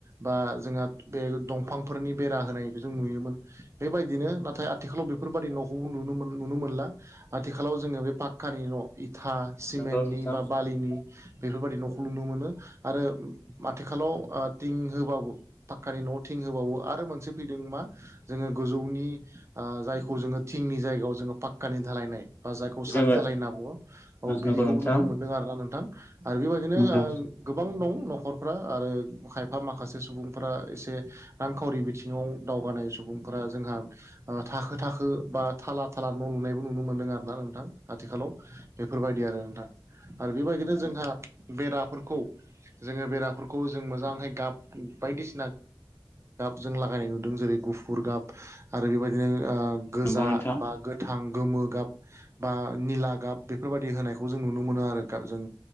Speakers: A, on the right (about 35°); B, on the left (about 25°).
A: बा जोंहा बे दंफां फोरनि बेरा होनाय जों नुयोमोन बेबायदिनो नाथाय आथिखालाव बे फोरबायादि नखौबो नुनो नुनो मोनला आथिखालाव जोंङो बे पाक्कानि न' इथा सिमेन्टनि
B: नंगौ नोंथां
A: बा बालिनि बेफोरबायदि नखौ नुनो मोनो आरो आथिखालाव थिं होबाबो पाक्कानि न' थिं होबावो आरो मोनसे फैदों मा जोंङो गोजौनि ओ जायखौ जोंङो थिंनि जायगायाव जोंङो पाक्कानि धालायनाय बा जायखौ
B: जोङो
A: साद दालाय होनना बुंङो औ बिदिखौबो
B: नंगौ नोंथां
A: नुनो मोनदों आरोना नोंथां आरो बेबायदिनो
B: नंगौ
A: ओं गोबां दं नखरफ्रा आरो खायफा माखासे सुबुंफोरा एसे रांखावरि बिथिं सिङाव दावगानाय सुबुं फोरा जोंहा थाखो थाखो बा थाला थाला न' लुनायबो नुनो मोनदों आरोना नोंथां आथिखालाव बेफोरबायदि आरो नोंथां आरो बेबायदिनो जोंहा बेराफोरखौ जोंङो बेराफोरखौ जों मोजांहाय गाब बायदिस जों लागायनाय नुदों जेरै गुफुर गाब आरो बेबायदिनो आ गोजा
B: नंगौ नोंथां
A: बा गोथां गोमो गाब बा निला गाब बेफोरबायदि होनायखौ जों नुनो मोनो आरो गा जों